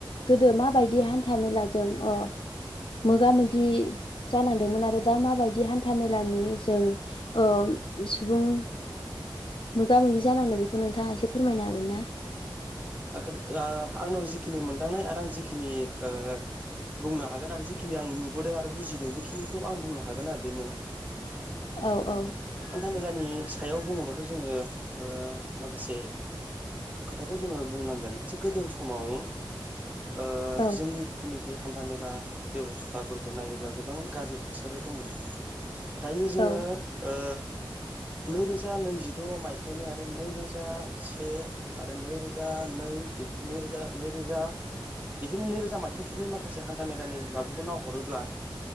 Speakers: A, on the left; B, on the right.
A: गोदो माबायदि हान्था मेलाजों ओ मोगा मोगि जालांदोंमोन आरो दा माबायदि हान्था मेलानि जों ओ सुबुं मोगा मोगि जानांदों बेखौ नोंथाङा एसे फोरमायनो हागोन ना
B: हागोन ओ आंनाव जिखिनि मोनदांनाय आरो आं जिखिनि ओ बुंनो हागोन आरो जिखिनि आं नुबोदों आरो बुजिदों बेखिनिखौ आं बुंनो हागोन आरो बिनानाव
A: औ औ
B: <unintelligible> मेलानि सायाव बुङोबाथ' जोङो ओ माखासे खोथाखौ जोङो बुंनांगोन जे गोदो समाव ओ
A: औ
B: जोंनि जिथुनाखि हान्था मेला बेब'स्थाफोरखौ नायोब्ला गोबां गाज्रि थासारियाव दंमोन। दायो जोङो
A: औ
B: ओ नै रोजा नैजिद' मायथाइनि आरो नै रोजा से आरो नैरोजा रोजा नै रोजा नै रोजा बिदिनो नैरोजा मायथाइफोरनि माखासे हान्था मेलानि माबाखौ नावहरोब्ला